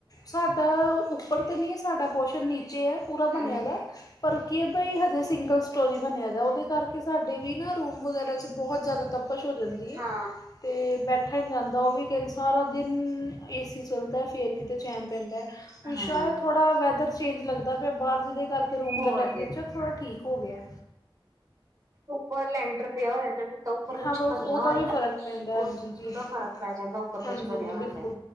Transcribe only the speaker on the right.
ਹਾਂ
ਹਾਂ
ਹਾਂ
ਹੋਰ
ਉੱਪਰ ਲੈਂਟਰ ਪਿਆ ਹੋਇਆ ਉੱਪਰ ਕੁਛ
ਬਣਿਆ
ਹੋਆ
ਨਾ,
ਉਹ
ਉਹਦਾ
ਫ਼ਰਕ ਪੈ ਜਾਂਦਾ ਉੱਪਰ
ਕੁਛ ਬਣਿਆ
ਹੋਆ ਤੇ